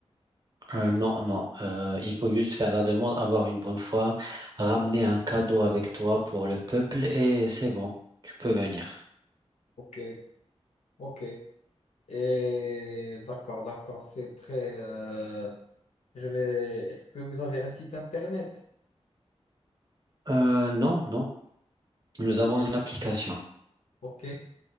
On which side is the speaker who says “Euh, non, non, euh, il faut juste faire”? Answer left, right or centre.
Right